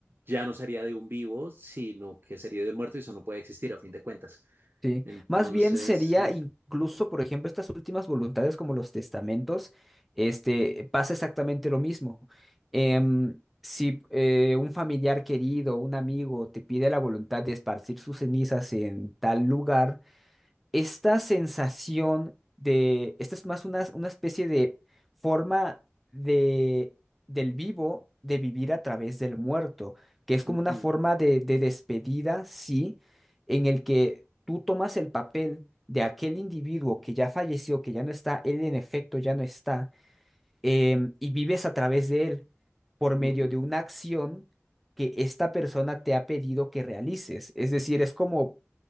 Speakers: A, on the right; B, in the centre.
A: ya no sería de un vivo, sino que sería de un muerto y eso no puede existir a fin de cuentas.
B: Sí.
A: Entonces...
B: Más bien sería incluso, por ejemplo, estas últimas voluntades como los testamentos, este, pasa exactamente lo mismo. Em, si eh, un familiar querido, un amigo te pide la voluntad de esparcir sus cenizas en tal lugar, esta sensación de, esta es más una, una especie de forma de, del vivo de vivir a través del muerto, que es como
A: ujú,
B: una forma de, de despedida, sí, en el que tú tomas el papel de aquel individuo que ya falleció, que ya no está, él en efecto ya no está, em, y vives a través de él por medio
A: ujú,
B: de una acción que esta persona te ha pedido que realices. Es decir, es como